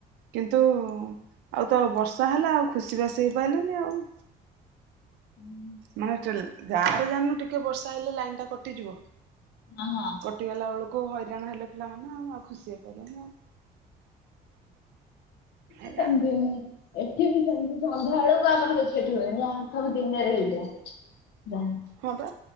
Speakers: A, on the right (about 85°); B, on the left (about 75°).
A: କିନ୍ତୁ ଆଉ ତ ବର୍ଷା ହେଲା ଆଉ ଖୁସିିବାସି ହେଇପାରିଲେନି ଆଉ।
B: ହୁଁ
A: ମାନେ ଯେଲ୍ ଗାଁ ରେ ଜାଣିନୁ ଟିକେ ବର୍ଷା ହେଲେ ଲାଇନ ଟା କଟିଯିବ।
B: ହଁହଁ
A: କଟିଗଲା ବେଳକୁ ହଇରାଣ ହେଲେ ପିଲାମାନେ ଆଉ ଆଉ ଖୁସି ହେଇ ପାଇଲେନି ଆଉ। ଏଇଆ
B: ଏଠି ବି ସେମତି ଏଠି ବି ସେମିତି ସନ୍ଧ୍ୟା ବେଳୁକୁ <unintelligible> ସବୁ ଦିନରେ ହେଇଯାଏ।
A: ହଁ ବା